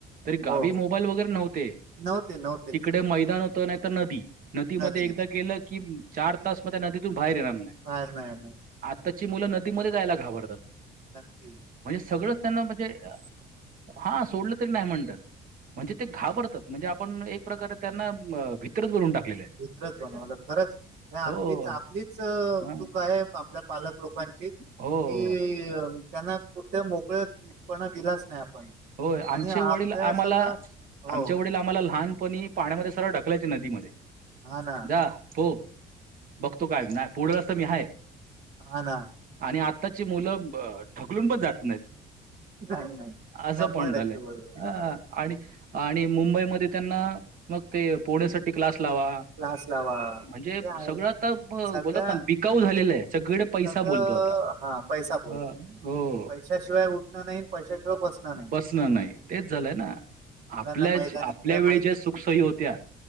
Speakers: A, on the right (about 55°); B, on the right (about 70°).
A: तरी
B: हो
A: गावी मोबाईल वगैरे नव्हते.
B: नव्हते नव्हते.
A: तिकडे मैदान होतं नाही तर नदी. नदीमध्ये
B: नदी
A: एकदा गेलं की चार
B: तीच
A: तास मग त्या नदीतून बाहेर येणार नाही.
B: बाहेर नाही ना.
A: आत्ताची मुलं नदीमध्ये जायला घाबरतात.
B: नकी.
A: सगळं त्यांना म्हणजे हा सोडलं. म्हण म्हणजे ते घाबरत म्हणजे आपण एक प्रकारे त्यांना. तरचर टाकले आहे.
B: एक्रच बनवलं खरंच ह आपलीच
A: हो
B: आपलीच चूक
A: हां.
B: आहे आपल्या पालक लोकांची. कि
A: हो
B: त्यांना कुठ्या मोकळ्यापणा दिलाच नाही आपण.
A: होय आमचे
B: आणि अभ्यासाच
A: वडील आम्हाला
B: हो
A: आमच्या वडील आम्हाला लहानपणी. पाण्यामध्ये सरळ ढकलायचे नदीमध्ये
B: हा ना
A: जा हो बघतो काय ना. बुढलस रस्त मी हाय.
B: ह ना.
A: आणि आत्ताची मुलं ढकलून पण जात नाहीत.
B: नाही नाही. शंभर
A: आजं पणडलंय
B: टक्के बरोबर
A: ह.
B: आहे.
A: आणि आणि मुंबईमध्ये त्यांना मग ते पोहण्यासाठी क्लास लावा.
B: क्लास लावा हे
A: म्हणजे
B: आहे
A: सगळं आता
B: सगळ्या
A: बोलत ना बिकाऊ
B: म्हणजे
A: झालेलं आहे सगडे पैसा
B: सगळं
A: बोलतो आता.
B: हा पैसा बोलतो
A: अ, हो
B: पैशाशिवाय उठणं नाही पैशाशिवाय. बसणं नाही
A: बसणं नाही तेच झालंय ना
B: मुलांना
A: आपल्या
B: मैदानी
A: आपल्या
B: खेळ
A: वेळी
B: माहिती
A: ज्या सुखसही
B: नाही
A: होत्या.